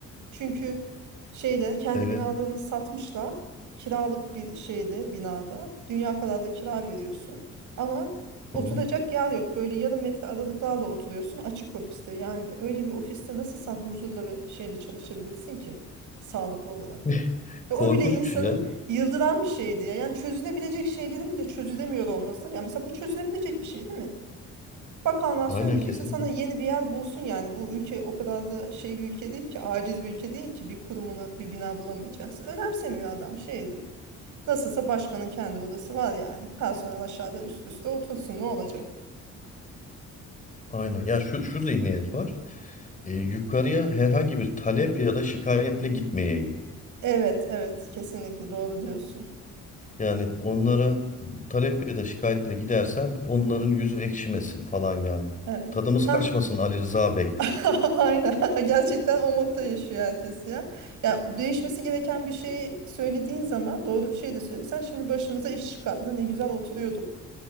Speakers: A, on the right; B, on the left.
A: Çünkü şeyle kendi
B: Evet.
A: binalarını satmışlar. Kiralık bir şeyde binada. Dünya kadar da kira veriyorsun. Ama oturacak
B: Hı hı.
A: yer yok. Böyle yarım metre aralıklarla oturuyorsun açık ofiste. Yani öyle bir ofiste nasıl sen huzurla ve şeyle çalışabilirsin ki? Sağlıklı olarak.
B: <laughs>
A: Ve o
B: Korkunç
A: bile insanı
B: bir şey ya.
A: yıldıran bir şeydi ya. Yani çözülebilecek şeylerin bile çözülemiyor olması. Yani mesela bu çözülebilecek bir şey değil mi? Bakanlığa
B: Aynen
A: söyleyeceksin.
B: kesinlikle.
A: Sana yeni bir yer bulsun yani. Bu ülke o kadar da şey bir ülke değil ki, aciz bir ülke değil ki bir kurumuna bir bina bulamayacaksın. Önemsemiyor adam şey diyor. Nasılsa başkanın kendi odası var yani. Personel aşağıda üst üste otursun ne olacak?
B: Aynen. Ya şu şu zihniyet var. e, yukarıya herhangi bir talep ya da şikayetle gitmeyeyim.
A: Evet, evet. Kesinlikle doğru diyorsun.
B: Yani onlara talep ya da şikayetle gidersem onların yüzü ekşimesin falan yani.
A: Evet.
B: Tadımız
A: Sen
B: kaçmasın Ali Rıza Bey.
A: <laughs> Aynen. <laughs> Gerçekten o modda yaşıyor herkes ya. Ya değişmesi gereken bir şeyi söylediğin zaman doğru bir şey de söylesen şimdi başımıza iş çıkardı. Ne güzel oturuyorduk